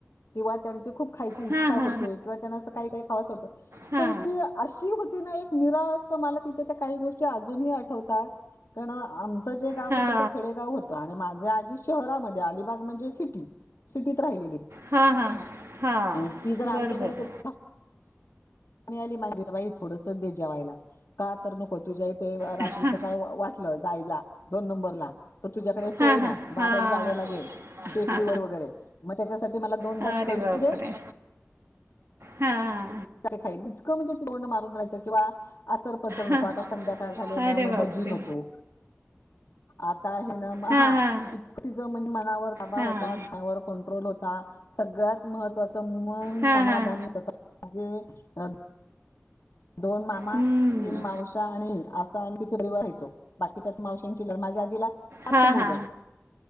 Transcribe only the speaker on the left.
किंवा त्यांचे खुप खायची इच्छा
होते किंवा त्यांना असं काही काही खावसं होतं.
पण ती अशी होती ना एक निराळंच का मला तिच्या त्या काही गोष्टी अजुनही आठवतात. क ना आमचं जे गाव
होतं ते खेडेगाव होतं आणि माझ्या आ जी शहरामध्ये अलिबाग म्हणजे सिटी सिटीत राहिलेली.
आणि ती जर आमच्या
घरी
क मी आली <inaudible> बाई थोडंसच दे जेवायला. का तर नको तुझ्या इथे रात्रीचं
काय वा वाटलं जायला दोन नंबरला तर तुझ्याकडे सोय
नाय
बाहेर जावं लागेल
टेकडीवर वगैरे म त्याच्यासाठी मला दोन घास
कमी
दे
ते खाईन इतकं म्हणजे तोंड मारून राहायचं किंवा आचर पचर नको
आता संध्याकाळ झाले ना
म
भजी नको आता हे ना म
हा.
इतकं तिजं म्हणजे मनावर ताबा
होता खाण्यावर कंट्रोल होता. सगळ्यात महत्वाचं मन
समाधानी
होतं का म्हणजे अ दोन मामा
तीन मावश्या आणि असा आम्ही <inaudible> राहायचो बाकीच्या ती मावशांची घरं माझ्या आजीला सात
मुलं